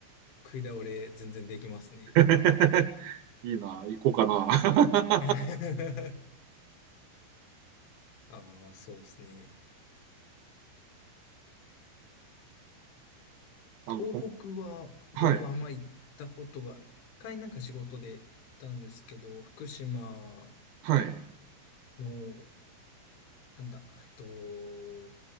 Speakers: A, on the left (about 70°); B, on the right (about 75°).
A: 食い倒れ全然できますね。
B: <laughs> いいな、行こうかな。<laughs>
A: <laughs> ああ、そうですね。
B: あの、
A: 東北は僕あんま行ったことが、
B: はい、
A: 一回なんか仕事で行ったんですけど、福島
B: はい。
A: の、なんだ、えっと、